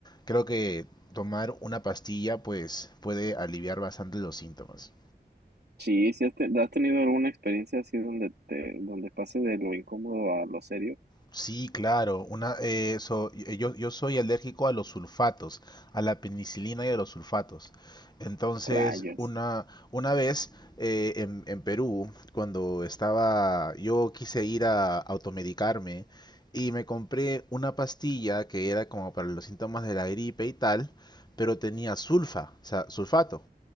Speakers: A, on the left (about 25°); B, on the right (about 70°).
A: creo que tomar una pastilla pues puede aliviar bastante los síntomas.
B: Sí, sí, has, te- ¿has tenido alguna experiencia así donde te, donde pase de lo incómodo a lo serio?
A: Sí, claro. Una, eh, so- eh, yo, yo soy alérgico a los sulfatos, a la penicilina y a los sulfatos. Entonces,
B: Rayos,
A: una, una vez eh, en, en Perú, cuando estaba, yo quise ir a automedicarme y me compré una pastilla que era como para los síntomas de la gripe y tal, pero tenía sulfa, o sea, sulfato.